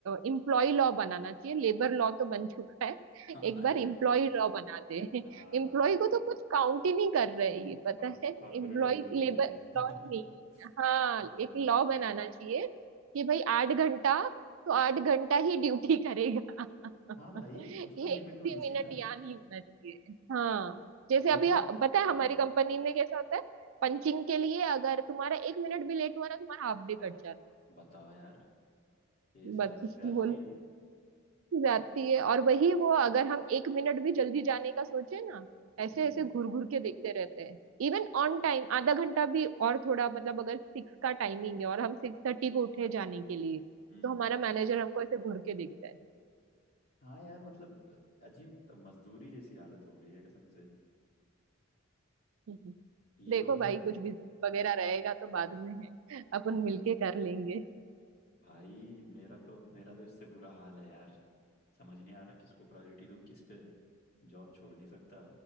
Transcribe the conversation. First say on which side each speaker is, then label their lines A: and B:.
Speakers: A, on the right (about 80°); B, on the left (about 45°).
A: एम्प्लॉय लॉ बनाना चाहिए लेबर लॉ तो बन चुका है
B: हाँ
A: एक बार
B: यार
A: एम्प्लॉय लॉ बना दे
B: हाँ
A: एम्प्लॉय को तो कुछ काउंट ही नहीं कर रहे हैं ये पता
B: कॉर्पोरेट
A: है एम्प्लॉय
B: लेबर
A: लेबर
B: के लिए
A: लॉ ही
B: <laughs>
A: नहीं है हाँ
B: हाँ
A: एक लॉ बनाना चाहिए कि भाई आठ घंटा तो आठ घंटा ही ड्यूटी करेगा
B: हाँ भाई
A: एक
B: कुछ तो लिमिट होनी
A: भी
B: चाहिए
A: मिनट
B: ना
A: यहाँ नहीं होना चाहिए हाँ जैसे
B: ये
A: अभी
B: लोग
A: पता है हमारी
B: हाँ
A: कंपनी में कैसा होता है पंचिंग के लिए अगर तुम्हारा एक मिनट भी लेट हुआ ना तुम्हारा हाफ डे कट जाता
B: बताओ यार ये
A: है
B: सरासर
A: बस
B: ज्यादती
A: <laughs> बोलो
B: है
A: जाती है और वही वो अगर हम एक मिनट भी जल्दी जाने का सोचे ना ऐसे
B: हम्म
A: ऐसे घूर घूर के देखते रहते हैं इवन ऑन टाइम आधा घंटा भी और थोड़ा मतलब अगर सिक्स का टाइमिंग है और हम सिक्स थर्टी को उठे जाने के लिए
B: हम्म
A: तो हमारा मैनेजर हमको ऐसे घूर के देखता
B: हाँ यार मतलब अजीब मजदूरी जैसी हालत हो गई है कसम से
A: है
B: ये
A: देखो
B: लोग
A: भाई
B: ना
A: कुछ भी वगैरह रहेगा तो बाद में <laughs> है अपन
B: भाई
A: मिलके कर लेंगे
B: भाई मेरा तो मेरा तो इससे बुरा हाल है यार समझ नहीं आ रहा किसको प्रायोरिटी दूं किस पे जॉब छोड़ नहीं सकता